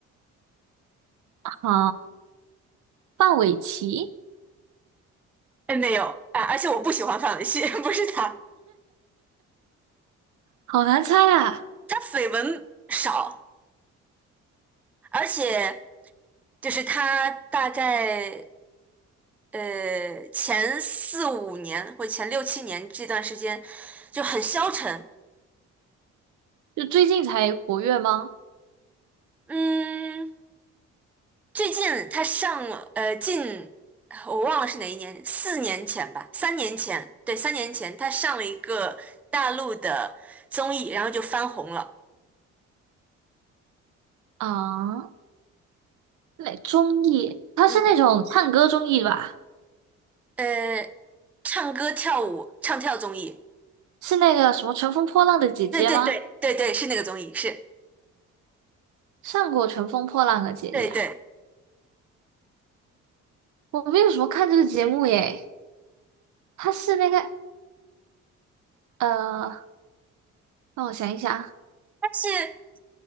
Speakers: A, on the right (about 75°); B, in the centre.
A: 好，范玮琪，
B: 哎没有啊，而且我不喜欢范玮琪，<laughs> 不是她，
A: 好难猜啊！
B: 她绯闻少，而且就是她大概。呃，前四五年或前六七年这段时间就很消沉。
A: 就最近才活跃吗？
B: 嗯，最近他上了呃近我忘了是哪一年，四年前吧，三年前，对，三年前他上了一个大陆的综艺，然后就翻红了。
A: 啊，那综艺，他是那种唱歌综艺吧？
B: 嗯，呃，唱歌跳舞唱跳综艺，
A: 是那个什么《乘风破浪的姐姐》吗？
B: 对对对对对，是那个综艺，是，
A: 上过《乘风破浪的姐姐》。
B: 对对，
A: 我没有什么看这个节目耶，他是那个呃，让我想一想，
B: 但是